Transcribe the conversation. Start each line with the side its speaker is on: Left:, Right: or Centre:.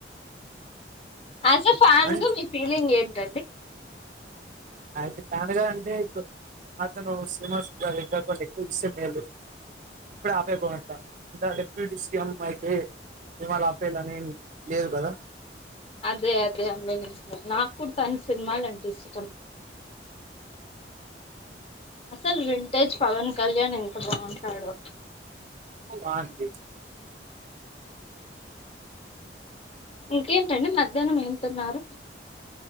Left: ఆస్ ఆ ఫాన్
Right: అంట్
Left: గా మీ ఫీలింగ్ ఏంటి
Right: ఎస్ అ ఫ్యాన్ గా అంటే అదే అతను సినిమా సిని ఇంకా కొన్నీ ఎక్కువ ఇష్టం లేదు ఇప్పుడే ఆపేయాకంట ఇంకా డిప్యూటీ సిఎం అయితే సినిమాలు ఆపేయాలని లేదు కద
Left: అదే అదే అదే అ కుడతాను సినిమాలంటే ఇష్టం అసలు వింటేజ్ పవన్ కళ్యాణ్ ఎంత బాగుంటాడు
Right: బాగుంది
Left: ఇంకేంటండి మధ్యాహ్నం ఏం తిన్నారు